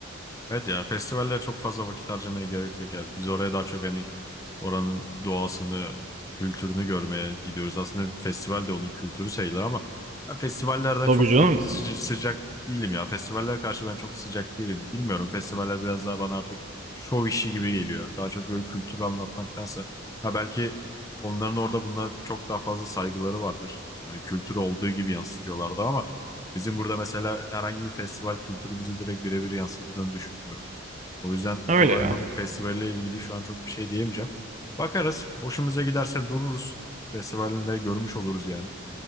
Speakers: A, on the left; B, on the right.
A: Evet ya festivallere çok fazla vakit harcamaya gerek yok ya. Biz oraya daha çok hani oranın doğasını, kültürünü görmeye gidiyoruz. Aslında bir festival de onun kültürü sayılır ama ben festivallerden
B: Tabii
A: çok
B: canım.
A: sıca- sıcak değilim ya. Festivaller karşı ben çok sıcak değilim. Bilmiyorum festivaller biraz daha bana artık şov işi gibi geliyor. Daha çok böyle kültürü anlatmaktansa ha belki onların orada buna çok daha fazla saygıları vardır. Hani kültür olduğu gibi yansıtıyorlardı ama Bizim burada mesela herhangi bir festival kültürümüzü direkt birebir yansıttığını düşünmüyorum. O yüzden
B: Öyle
A: oranın
B: ya.
A: festivalle ilgili şu an çok bir şey diyemeyeceğim. Bakarız. Hoşumuza giderse dururuz. Festivalinde görmüş oluruz yani.